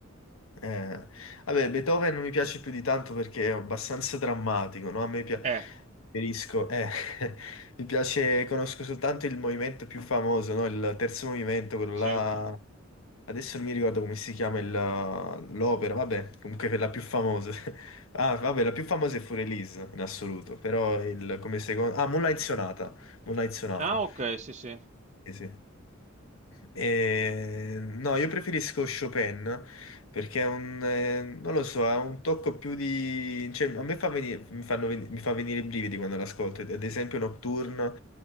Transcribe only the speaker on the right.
Eh,
sì.
Ah, ok, sì, sì.